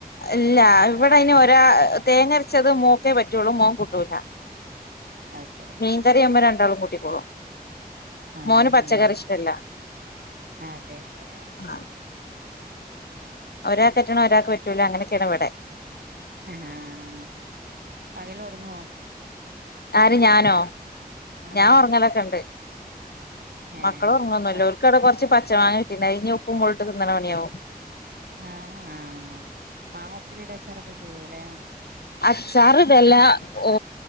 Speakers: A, on the left; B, on the right.
A: ഇല്ല ഇവിടെ ഇനി ഒരാ തേങ്ങരച്ചത് മോക്ക് പറ്റുള്ളൂ മോൻ കൂട്ടൂല.
B: അത് ശരി
A: മീൻകറിയുമ്പോ രണ്ടാളും കൂട്ടിക്കോളൂ
B: ആഹ്
A: മോന് പച്ചക്കറി
B: ആഹ്
A: ഇഷ്ടല്ല
B: അതെ അതെ അത് ശരി
A: ആഹ്. ഒരാൾക്ക് പറ്റുന്നത് ഒരാൾക്ക് പറ്റൂലോ അങ്ങനൊക്കെയാണ് ഇവിടെ.
B: ആഹ് പകൽ ഉറങ്ങുമോ.
A: ആര് ഞാനോ
B: ആഹ്
A: ഞാൻ ഉറങ്ങലൊക്കെ ഉണ്ട്.
B: ഏഹ്
A: മക്കള ഉറങ്ങൊന്നല്ല
B: കൊറെ
A: ഒരെക്ക് അവിടെ കുറച്ച് പ ചായ ഇട്ട് ഇനി ഉപ്പും മുളകും ഇട്ട് തിന്നണേ പണിയാവും.
B: ആഹ് ആഹ് മാങ്ങ ഉപ്പിലിട്ട അച്ചാറൊക്കെ ചെയ്യൂല്ലേ.
A: അച്ചാറ് ഇതെല്ല ഓ